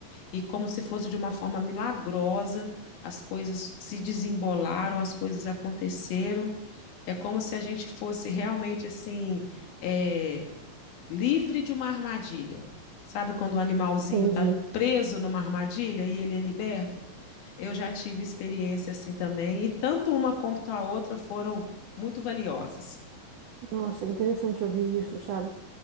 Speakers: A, on the left; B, on the right.
A: e como se fosse de uma forma milagrosa, as coisas se desembolaram, as coisas aconteceram é como se a gente fosse realmente assim, é, livre de uma armadilha. Sabe quando o animalzinho
B: Entendi.
A: está preso numa armadilha e ele é liberto? Eu já tive experiência assim também, e tanto uma quanto a outra foram muito valiosas.
B: Nossa, interessante ouvir isso, sabe?